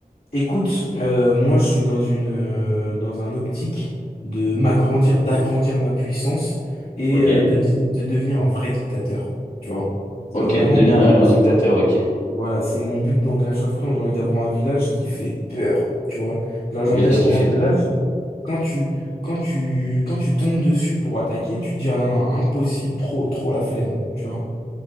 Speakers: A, on the left; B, on the left.
A: écoute, euh, moi, je suis dans une, euh, dans un optique de m'agrandir, d'agrandir ma puissance et
B: Ok.
A: euh, de, di- de devenir un vrai dictateur. Tu vois? C'est
B: Ok,
A: vraiment.
B: de devenir
A: euh,
B: un grand dictateur, ok.
A: Voilà, c'est mon but dans Clash of Clans. J'ai envie d'avoir un village qui fait peur, tu vois. Genre,
B: Un
A: j'ai
B: village
A: envie d'avoir
B: qui fait
A: un village.
B: peur.
A: Quand tu, quand tu, quand tu tombes dessus pour attaquer, tu te dis, ah non, non, impossible, trop, trop la flemme, tu vois.